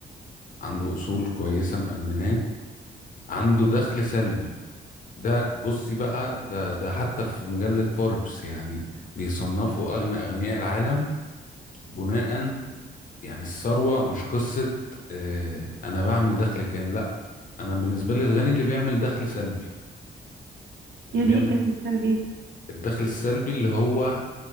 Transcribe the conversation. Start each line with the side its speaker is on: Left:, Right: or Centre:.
Left: عنده أصول كويسة مأمناه عنده دخل سلبي ده بصي بقى ده ده حتى في مجلة فوربس يعني بيصنفوا أغنى أغنياء العالم بناء يعني الثروة مش قصة آه، أنا بعمل دخل كام لأ أنا بالنسبة لي الغني اللي بيعمل دخل سلبي اللي
Right: يعني
Left: بيعمل
Right: ايه الدخل السلبي
Left: الدخل السلبي اللي هو